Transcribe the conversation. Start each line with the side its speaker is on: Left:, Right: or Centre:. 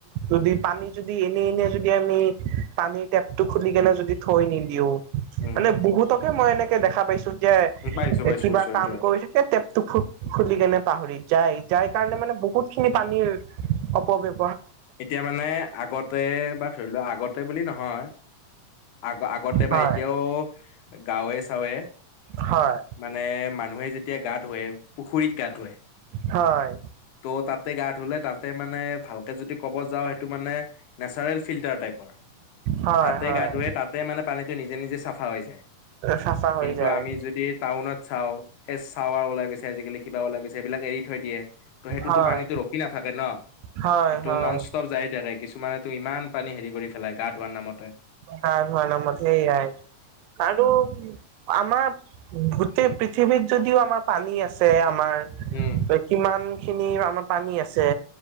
Right: যদি পানী যদি এনে এনে যদি আমি পানীৰ টেপ টো খুলি কেনে যদি থৈ নিদিও,
Left: উম
Right: মানে বহুতকে মই এনেকে দেখা পাইছো। যে
Left: পাইছো পাইছো
Right: কিবা
Left: পাইছো সেইটোয়ে
Right: কাম কৰি থাকে টেপ টো খুলি কেনে পাহৰি যায়, যাই কাৰণে মানে বহুত খিনি পানীৰ অপব্যৱ
Left: এতিয়া মানে আগতে বা ধৰি লোৱা আগতে বুলি নহয়। আগ আগতে
Right: হয়,
Left: বা এতিয়াও গাওৱে চাওঁৱে
Right: হয়।
Left: মানে মানুহে যেতিয়া গা-ধুৱে পুখুৰীত গা-ধুৱে।
Right: হয়।
Left: ত' তাতে গা-ধুলে তাতে মানে ভাল। ক'ব যাওঁ, সেইটো মানে নেচাৰেল ফিল্টাৰ টাইপৰ।
Right: হয়,
Left: তাতে
Right: হয়।
Left: গা-ধুৱে তাতে মানে পানীটো নিজে নিজে চাফা হৈ যায়।
Right: চাফা হৈ
Left: কিন্তু,
Right: যায়।
Left: আমি যদি টাউনত চাও এ চাৱাৰ ওলাই গৈছে আজিকালি। কিবা ওলাই গৈছে, সেইবিলাক এৰি থৈ দিয়ে আৰু সেইটোতো
Right: হয়,
Left: পানীতো ৰখি নাথাকে ন।
Right: হয়,
Left: টো
Right: হয়।
Left: নন ষ্টপ যায় থাকে, কিছুমানে তু ইমান পানী হেৰি কৰি পেলাই গা-ধুৱাৰ নামতে।
Right: গা-ধুৱাৰ নামত সেইয়াই, আৰু আমাৰ গোটেই পৃথিৱীত যদিও আমাৰ পানী আছে, আমাৰ
Left: উম
Right: কিমান খিনি আমাৰ পানী আছে,